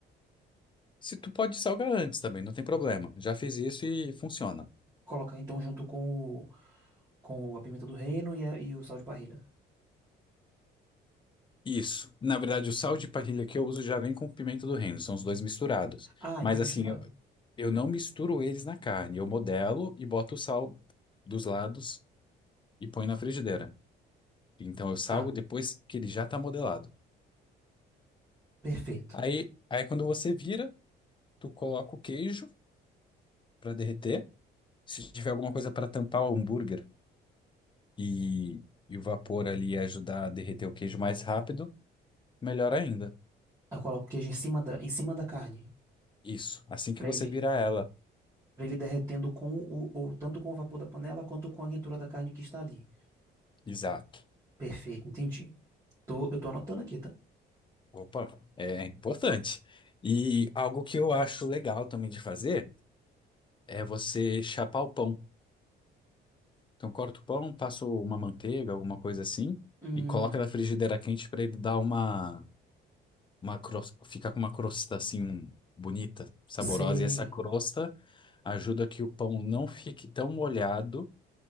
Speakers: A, on the left; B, on the right.
A: se tu pode salgar antes também, não tem problema. Já fiz isso e funciona.
B: Coloca então junto com o, com a pimenta do reino e, a- e o sal de parrilha.
A: Isso. Na verdade, o sal de parrilha que eu uso já vem com pimenta do reino, são os dois misturados.
B: Ah,
A: Mas
B: então é misturado.
A: assim, eu, eu não misturo eles na carne, eu modelo e boto o sal dos lados e põe na frigideira. Então eu salgo
B: Tá,
A: depois que ele já tá modelado.
B: perfeito.
A: Aí, aí quando você vira, tu coloca o queijo para derreter. Se tiver alguma coisa para tampar o hambúrguer e, e o vapor ali ajudar a derreter o queijo mais rápido, melhor ainda.
B: Eu coloco o queijo em cima da, em cima da carne,
A: Isso. Assim que
B: Pra
A: você
B: ele,
A: virar ela.
B: para ele derretendo com o, o- tanto com o vapor da panela quanto com a quentura da carne que está ali.
A: Exato.
B: Perfeito, entendi. Tô, eu tô anotando aqui, tá?
A: Opa, é importante. E algo que eu acho legal também de fazer é você chapar o pão. Então, corta o pão, passa uma manteiga, alguma coisa assim,
B: Hum,
A: e coloca na frigideira quente para ele dar uma, uma cros- ficar com uma crosta assim bonita, saborosa.
B: sei.
A: E essa crosta ajuda que o pão não fique tão molhado